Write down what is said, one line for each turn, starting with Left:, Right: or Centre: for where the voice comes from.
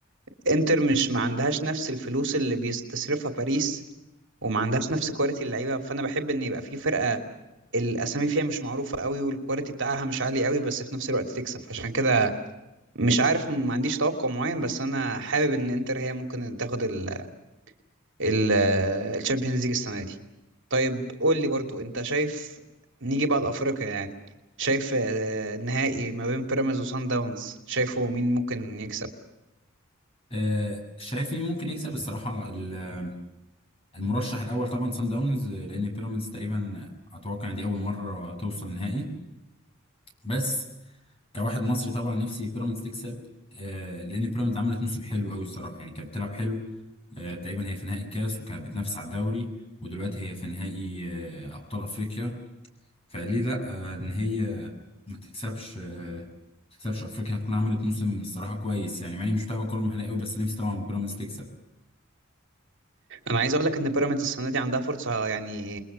Right: انتر مش ما عندهاش نفس الفلوس اللي بيستصرفها باريس وما عندهاش نفس كواليتي اللعيبه فانا بحب ان يبقى في فرقه الاسامي فيها مش معروفه قوي والكواليتي بتاعها مش عالي قوي بس في نفس الوقت تكسب فعشان كده مش عارف ما عنديش توقع معين بس انا حابب ان انتر هي ممكن تاخد ال ال الشامبيونز ليج السنه دي طيب قول لي برضو انت شايف نيجي بعد افريقيا يعني شايف آه، النهائي ما بين بيراميدز وسان داونز شايفه مين ممكن يكسب
Left: آه، شايف مين ممكن يكسب الصراحة ال- المرشح الأول طبعا سان داونز آه، لأن بيراميدز تقريبا آه، أتوقع إن دي أول مرة توصل نهائي بس كواحد مصري طبعا نفسي بيراميدز تكسب آه، لان بيراميدز عملت موسم حلو قوي الصراحه يعني كانت بتلعب حلو آه، تقريبا هي في نهائي الكاس وكانت بتنافس على الدوري ودلوقتي هي في نهائي آه، ابطال افريقيا فليه لا آه، ان هي ما تكسبش آه، ما تكسبش افريقيا هتكون عملت موسم الصراحه كويس يعني مع اني مش متابع كوره محليه قوي بس نفسي طبعا بيراميدز تكسب
Right: انا عايز اقول لك ان بيراميدز السنه دي عندها فرصه يعني